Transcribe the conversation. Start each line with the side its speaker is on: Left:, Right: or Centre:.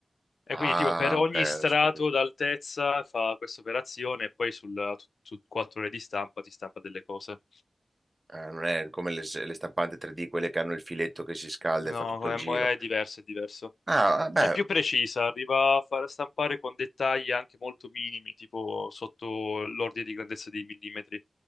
Left: E
Right: ah,
Left: quindi tipo per ogni
Right: ok, adesso
Left: strato
Right: ho capito.
Left: d'altezza fa questa operazione e poi sul- su quattro ore di stampa ti stampa delle cose.
Right: Ah, non è come le, le stampanti 3D, quelle che hanno il filetto che si scalda
Left: No,
Right: e fa tutto il
Left: è,
Right: giro.
Left: mo- è diverso, è diverso.
Right: Ah, ah, beh,
Left: È più precisa, arriva a far stampare con dettagli anche molto minimi, tipo sotto l'ordine di grandezza di millimetri.